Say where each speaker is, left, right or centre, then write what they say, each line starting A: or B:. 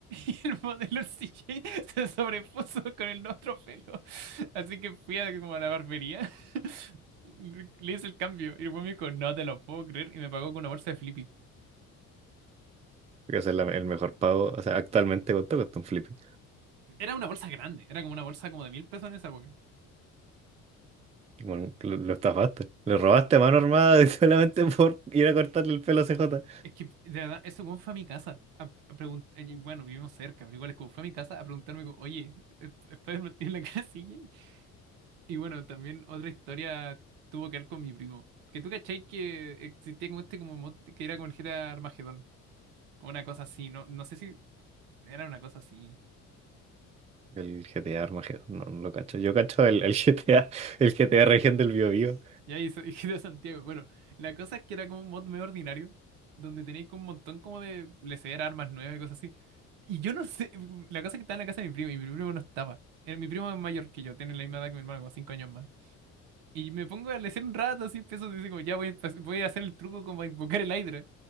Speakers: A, on the right (about 70°); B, on the right (about 15°).
A: Y el modelo CJ se sobrepuso con el otro pelo. Así que fui a, como a la barbería. <laughs> Le hice el cambio. Y el buen me dijo, no te lo puedo creer. Y me pagó con una bolsa de Flippy.
B: Porque ese es la- el mejor pago. O sea, actualmente ¿cuánto cuesta un Flippy?
A: Era una bolsa grande, era como una bolsa como de mil pesos en esa época.
B: Bueno, lo, lo estafaste. Lo robaste a mano armada <laughs> solamente
A: Sí.
B: por ir a cortarle el pelo a CJ.
A: Es que, de verdad, ese weón fue a mi casa a, a pregun- eh, y bueno, vivimos cerca, pero igual es como fue a mi casa a preguntarme como, oye, ¿Sp- ¿Spider-Man tiene la casilla? <laughs> Y bueno, también otra historia tuvo que ver con mi primo. Que tú cachai que existía como este como mod que era con el GTA Armagedón. O Una cosa así, no, no sé si era una cosa así.
B: El GTA Armageddon, no, no lo cacho. Yo cacho el, el GTA, el GTA Región del Bío Bío.
A: Ya, y so- <laughs> y de Santiago. Bueno, la cosa es que era como un mod medio ordinario, donde tenéis como un montón como de lesear armas nuevas y cosas así. Y yo no sé, <laughs> la cosa es que estaba en la casa de mi primo, y mi primo no estaba. Eh, Mi primo es mayor que yo, tiene la misma edad que mi hermano, como 5 años más. Y me pongo a lesear un rato, así empiezo, dice como, ya voy a, empe- voy a hacer el truco como a invocar el Hydra.